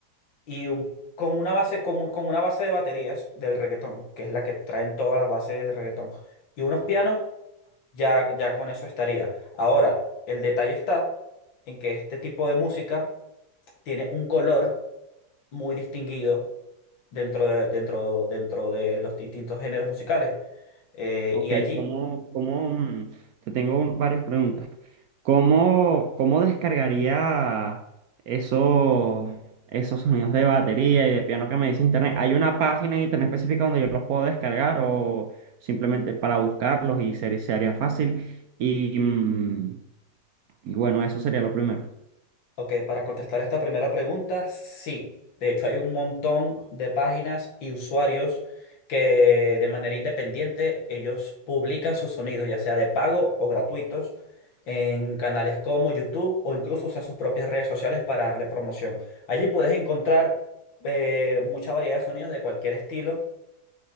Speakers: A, on the left; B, on the right.
A: y un- con una base, con, un- con una base de baterías del reggaetón, que es la que traen todas las bases de reggaetón, y unos pianos ya, ya con eso estaría. Ahora, el detalle está en que este tipo de música tiene un color muy distinguido dentro de, dentro, dentro de los distintos géneros musicales. Eh,
B: Ok,
A: y allí
B: ¿cómo, cómo, mm, te tengo un- varias preguntas. ¿Cómo, cómo descargaría esos, esos sonidos de batería y de piano que me dice internet? ¿Hay una página en internet específica donde yo los puedo descargar o simplemente para buscarlos y se, se haría fácil? Y, mm, y bueno, eso sería lo primero.
A: Ok, para contestar esta primera pregunta, sí. De hecho, hay un montón de páginas y usuarios que de manera independiente ellos publican sus sonidos, ya sea de pago o gratuitos, en canales como YouTube o incluso usan sus propias redes sociales para darle promoción. Allí puedes encontrar eh, mucha variedad de sonidos de cualquier estilo